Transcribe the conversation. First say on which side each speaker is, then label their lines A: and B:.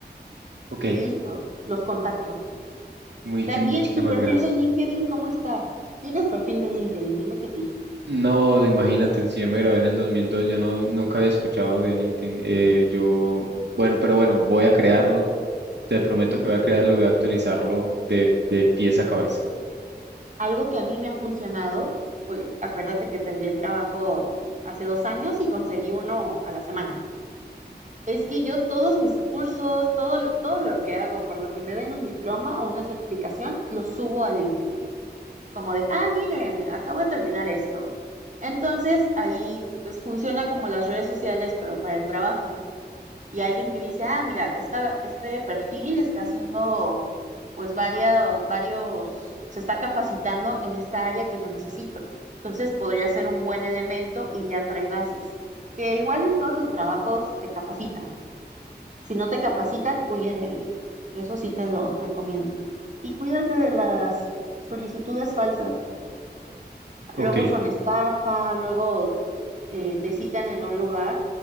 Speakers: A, on the right (about 75°); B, on the right (about 45°).
A: ok,
B: Y listo, los contacto.
A: muchi-
B: También
A: muchísimas
B: tu perfil
A: gracias.
B: de LinkedIn, ¿cómo está? ¿Tienes perfil de LinkedIn? Dime que sí.
A: No, imagínate, si yo me grabé en el 2002, yo no, nunca había escuchado de LinkedIn. eh, yo, bueno, pero bueno, voy a crearlo. Te prometo
B: Y
A: que voy a crearlo, voy a actualizarlo de, de pies a cabeza.
B: algo que a mí me ha funcionado, pues acuérdate que perdí el trabajo hace dos años y conseguí uno a la semana. Es que yo todos mis cursos, todo, lo- todo lo que hago, por lo que me den un diploma o una certificación, lo subo a LinkedIn. Como de, ah, miren, acabo de terminar esto. Entonces, ahí pues funciona como las redes sociales, pero para el trabajo. y alguien que dice, ah, mira, esta, este perfil está haciendo pues varios, varios, se está capacitando en esta área que yo necesito. Entonces podría ser un buen elemento y ya trae bases. Que igual en todos los trabajos te capacitan. Si no te capacitan, huye de ahí. Eso sí te lo recomiendo. Y cuídate de las solicitudes falsas.
A: Ok.
B: Luego son estafa, luego eh, te citan en un lugar